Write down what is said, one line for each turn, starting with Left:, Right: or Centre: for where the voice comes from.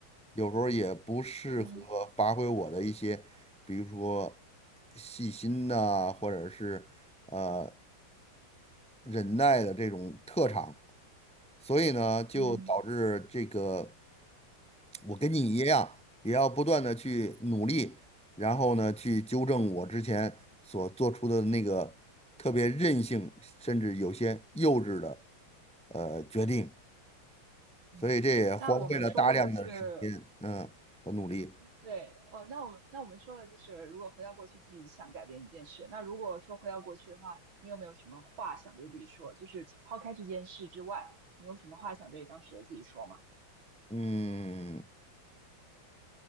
Centre: 有时候也不适合发挥我的一些，
Right: 嗯
Centre: 比如说细心呐、或者是呃忍耐的这种特长，所以呢，就导致这个
Right: 嗯
Centre: 我跟你一样，也要不断的去努力，然后呢，去纠正我之前所做出的那个特别任性，甚至有些幼稚的呃决定。
Right: 嗯，
Centre: 所以这也荒废了大量的时间，
Right: 那我们说了就是
Centre: 嗯，和努力。
Right: 对，哦，那我们那我们说了，就是如果回到过去，自己想改变一件事，那如果说回到过去的话，你有没有什么话想对自己说？就是除抛开这件事之外，你有什么话想对当时的自己说吗？
Centre: 嗯，